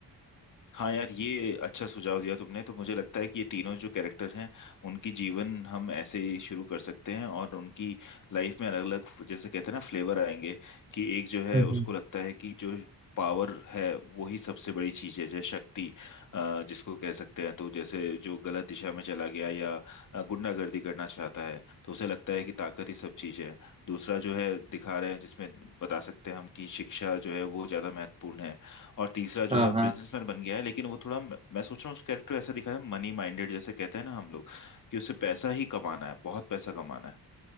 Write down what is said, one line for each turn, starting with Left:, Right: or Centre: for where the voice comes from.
Left: हाँ यार ये अच्छा सुझाव दिया तुमने तो मुझे लगता है कि ये तीनों जो कैरेक्टर हैं उनकी जीवन हम ऐसे ही शुरू कर सकते हैं और उनकी लाइफ में अलग अलग जैसे कहते हैं ना फ्लेवर आएंगे कि एक जो है
Right: हम्म,
Left: उसको
Right: हम्म।
Left: लगता है कि जो पावर है वो ही सबसे बड़ी चीज है जैसे शक्ति अ, जिसको कह सकते हैं तो जैसे जो गलत दिशा में चला गया या अ, गुंडागर्दी करना चाहता है तो उसे लगता है कि ताकत ही सब चीज है दूसरा जो है दिखा रहे हैं जिसमें बता सकते हैं हम कि शिक्षा जो है वो ज्यादा महत्वपूर्ण है और तीसरा
Right: हाँ
Left: जो है
Right: हाँ
Left: बिजनेसमैन बन गया है लेकिन वो थोड़ा मैं मैं सोच रहा हूँ उस कैरेक्टर ऐसा दिखाया मनी माइंडेड जैसे कहते हैं ना हम लोग कि उसे पैसा ही कमाना है बहुत पैसा कमाना है